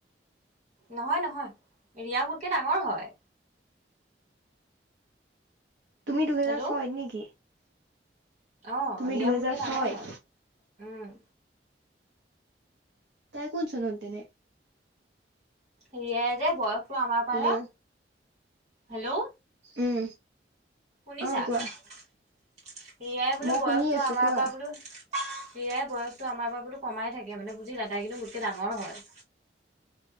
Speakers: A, on the right; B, on the right.
A: নহয় নহয় ৰিয়া মোতকে ডাঙৰ হয়
B: তুমি দুহেজাৰ
A: হেল্ল',
B: ছয়ত নেকি
A: অ
B: তুমি
A: ৰিয়া
B: দুহেজাৰ
A: মোটকে ডাঙৰ
B: ছয়ত
A: হয় উম
B: তাই কোন চনত তেনে
A: ৰীয়ায় যে বয়সটো আমাৰ পাৰে
B: হেল্ল'
A: হেল্ল'
B: উম
A: শুনিছা
B: অ কোৱা
A: ৰিয়াই বোলো
B: মই
A: বয়সতো
B: শুনি আছো
A: আমাৰ
B: কোৱা
A: পৰা বোলো হিয়াই বয়সটো আমাৰ পৰা বোলোঁ কমাই থাকে। মানে, বুজিলা! তাই কিন্তু, মোতকে ডাঙৰ হয়।